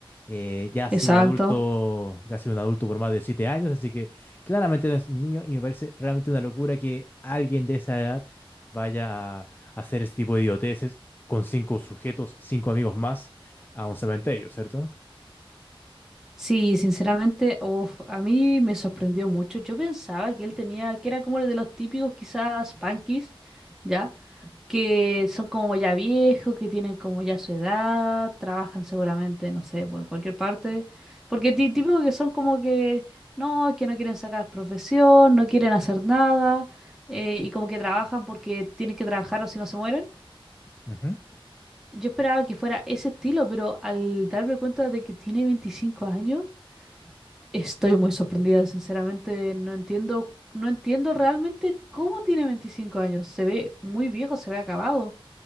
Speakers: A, on the left; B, in the centre.
A: eh, ya ha
B: Exacto.
A: sido un adulto, ya ha sido un adulto por más de 7 años, así que claramente no es un niño y me parece realmente una locura que alguien de esa edad vaya a hacer ese tipo de idioteces con cinco sujetos, cinco amigos más a un cementerio, cierto
B: Sí, sinceramente, uff, a mí me sorprendió mucho. Yo pensaba que él tenía, que era como el de los típicos quizás punkis, ¿ya? que son como ya viejos, que tienen como ya su edad, trabajan seguramente, no sé, pues en cualquier parte, porque ti- típico que son como que no, que no quieren sacar profesión, no quieren hacer nada, eh, y como que trabajan porque tienen que trabajar o si no se mueren.
A: Ujú.
B: Yo esperaba que fuera ese estilo, pero al darme cuenta de que tiene 25 años, estoy muy sorprendida, sinceramente, no entiendo, no entiendo realmente cómo tiene 25 años, se ve muy viejo, se ve acabado.